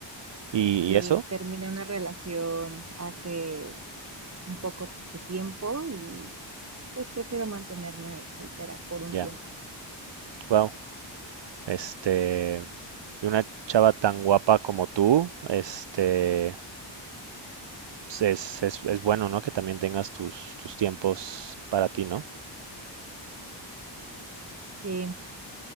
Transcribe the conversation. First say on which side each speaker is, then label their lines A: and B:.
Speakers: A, on the right (about 70°); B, on the right (about 35°).
A: y,
B: Sí,
A: y eso,
B: terminé una relación hace un poco de tiempo y pues prefiero mantenerme soltera por un
A: ya,
B: tiempo.
A: Wow. Este, y una chava tan guapa como tú, este, pues es, es, es bueno, ¿no? Que también tengas tus, tus tiempos para ti, ¿no?
B: Sí,